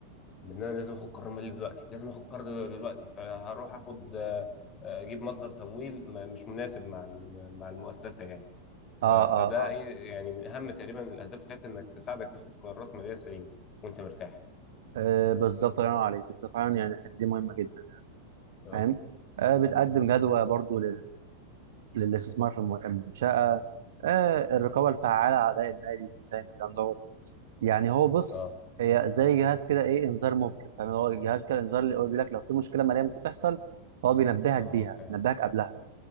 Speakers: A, on the left; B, on the right.
A: بان انا لازم اخد قرار مالي دلوقتي لازم اخد قرار دلوقتي فهروح اخد آه، آه، اجيب مصدر تمويل ما- مش مناسب مع ال- مع المؤسسه يعني ف-
B: اه
A: فده
B: اه اه,
A: ايه يعني من اهم تقريبا الاهداف بتاعتها انك تساعدك تاخد قرارات ماليه سليمه وانت مرتاح
B: آه بالظبط الله ينور عليك انت فعلا يعني الحته دي مهمه جدا
A: اه
B: فاهم آه بتقدم جدوى برضو للاستثمار في الم- المنشأة آه، الرقابة الفعالة على أداء النادي وأنت فاهم الكلام دوت يعني هو بص
A: اه
B: هي زي جهاز كده إيه إنذار مبكر فاهم هو جهاز كده إنذار اللي هو بيقول لك لو في مشكلة مالية ممكن تحصل فهو بينبهك
A: اه
B: بيها
A: فعلا
B: بينبهك قبلها